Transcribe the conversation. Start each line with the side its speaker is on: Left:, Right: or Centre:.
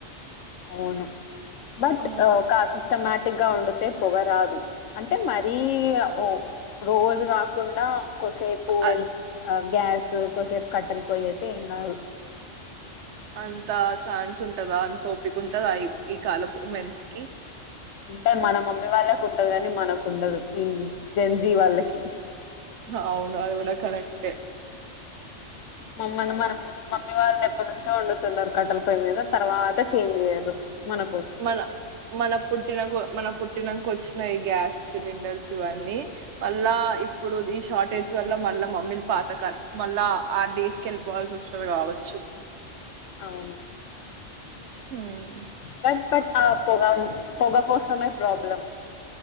Left: అవును బట్
Right: ఆ
Left: అ ఒక సిస్టమా టిగా ఉండితే పొగరాదు అంటే మరీ ఓ రోజు కాకుండ కొసేపు
Right: అ
Left: వెల్ గ్యాస్ కొసేప్ కట్టలు పోయ్యి అయితే ఏం కాదు
Right: అంత ఛాన్స్ ఉంటదా అంత ఒప్పిక ఉంటదా ఈ కాలం ఉమెన్స్ కి
Left: అంటే మన మమ్మీ వాళ్ళకు ఉంటది కాని మనకు ఉండదు ఈ డేన్జీ వాళ్ళకి ఓక <unintelligible>
Right: అవును అది కూడా కూడా కరెక్టే
Left: మమ్మల్ని మన మమ్మీ వాళ్ళని ఎప్పటి నుంచో వండుతున్నారు. కట్టల పొయ్య మీద తర్వాత చేంజ్ చేయరు. మన కోసం
Right: మన మన పుట్టినకు మన పుట్టినకో వచ్చి యి గ్యాస్ సిలిండర్స్ ఇవన్నీ మళ్ళా ఇప్పుడు ఈ షార్టేజ్ వల్ల మళ్ళ మమ్మీలు పాత క మళ్ళా ఆడేస్ కి వెళ్ళిపోవాల్సి వస్తుంది కావచ్చు.
Left: అవును
Right: ఊ
Left: బర్త్ బట్ ఆ పొగ పొగ కోసమే ప్రాబ్లం